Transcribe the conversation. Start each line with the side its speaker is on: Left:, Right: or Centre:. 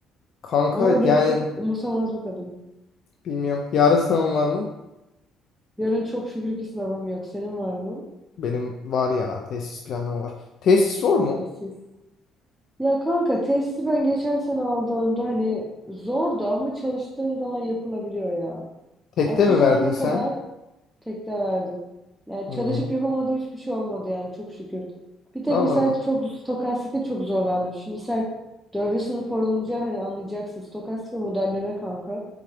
Left: Kanka
Centre: Ama öyle
Left: yani
Centre: çok umursamaz bir kadın.
Left: bilmiyorum. Yarın sınavım var mı?
Centre: Yarın çok şükür ki sınavım yok. Senin var mı?
Left: Benim var ya. Tesis planlama var. Tesis zor mu?
Centre: Tesis. Ya kanka tesisi ben geçen sene aldığımda hani zordu ama çalıştığın zaman yapılabiliyor ya.
Left: Tekte
Centre: Bak şu
Left: mi
Centre: zamana
Left: verdin sen?
Centre: kadar Tek de verdim. Yani
Left: Hı.
Centre: çalışıp yapamadığım hiçbir şey olmadı yani çok şükür. Bir tek
Left: Allah
Centre: mesela
Left: Allah.
Centre: çok stokastikte çok zorlandım. Şimdi sen dördüncü sınıf olunca hani anlayacaksın. Stokastik ve modelleme kanka.